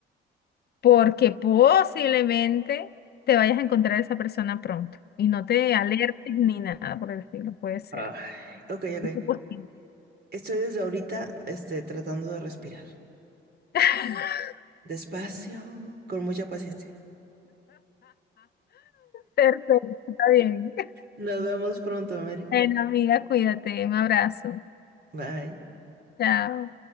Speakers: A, on the left; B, on the right.
A: porque posiblemente te vayas a encontrar esa persona pronto y no te alertes ni nada por el estilo, puede ser.
B: Ay, ok, ok.
A: Es posible.
B: Estoy desde ahorita, este, tratando de respirar.
A: <laughs>
B: Despacio, con mucha paciencia.
A: Perfecto, está bien.
B: Nos vemos pronto, Mary.
A: Bueno, amiga, cuídate, un abrazo.
B: Bye.
A: Chao.